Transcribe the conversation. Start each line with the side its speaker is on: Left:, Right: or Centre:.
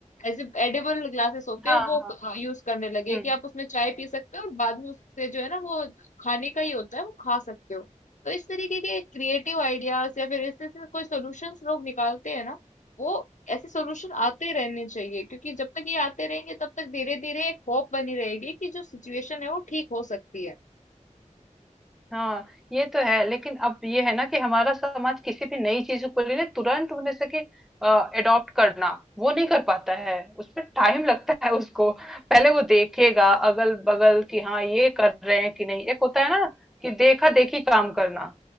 Left: ऐसे एडिबल ग्लासेस होते
Centre: हाँ
Left: हैं वो
Centre: हाँ
Left: यूज करने लगे
Centre: हम्म
Left: कि आप उसमें चाय पी सकते हो और बाद में उससे जो है ना वो खाने का ही होता है वो खा सकते हो तो इस तरीके के क्रिएटिव आइडियाज या फिर इससे से कोई सोल्यूशंस लोग निकालते हैं ना वो ऐसे सोल्यूशन आते रहने चाहिए क्योंकि जब तक ये आते रहेंगे तब तक धीरे धीरे एक होप बनी रहेगी कि जो सिचुएशन है वो ठीक हो सकती है
Centre: हाँ ये तो है लेकिन अब ये है ना कि हमारा समाज किसी भी नई चीज को लेने तुरंत उन्हें से कि अडॉप्ट करना वो नहीं कर पाता है उसमें टाइम लगता है उसको पहले वो देखेगा अगल बगल कि हाँ ये कर रहे हैं कि नहीं एक होता है ना कि देखा देखी काम करना